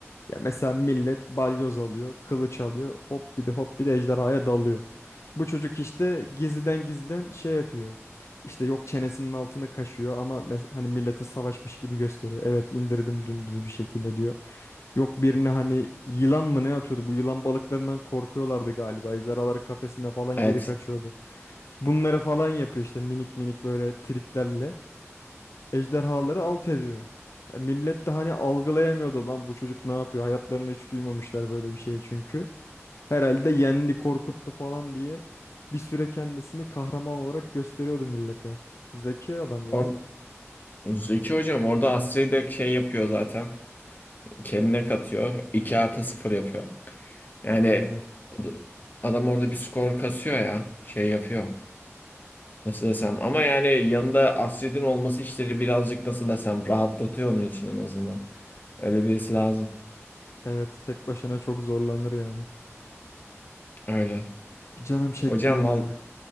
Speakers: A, on the left (about 65°); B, on the left (about 40°).
A: Ya mesela millet balyoz alıyor, kılıç alıyor, hop bir de hop bir de ejderhaya dalıyor. Bu çocuk işte gizliden gizliden şey yapıyor. İşte yok çenesinin altını kaşıyor ama mes- hani millete savaşmış gibi gösteriyor. Evet indirdim dümdüz bir şekilde diyor. Yok birine hani yılan mı ne atıyordu? Bu yılan balıklarından korkuyorlardı galiba. Ejderhaları kafesine falan
B: Evet.
A: geri kaçıyordu. Bunları falan yapıyor işte minik minik böyle triklerle ejderhaları alt ediyor. Ya millet de hani algılayamıyordu lan bu çocuk ne yapıyor? Hayatlarında hiç duymamışlar böyle bir şey çünkü. Herhalde yendi, korkuttu falan diye bir süre kendisini kahraman olarak gösteriyordu millete. Zeki adam ya.
B: Or Zeki hocam orada Asri'yi de şey yapıyor zaten. Kendine katıyor. 2 artı sıfır yapıyor. Yani
A: Aynen.
B: ad- adam orada bir skor kasıyor ya. Şey yapıyor. Nasıl desem. Ama yani yanında Asri'nin olması işleri birazcık nasıl desem rahatlatıyor onun için en azından. Öyle birisi lazım.
A: Evet, tek başına çok zorlanır yani.
B: Öyle.
A: Canım çekti
B: Hocam
A: ya.
B: val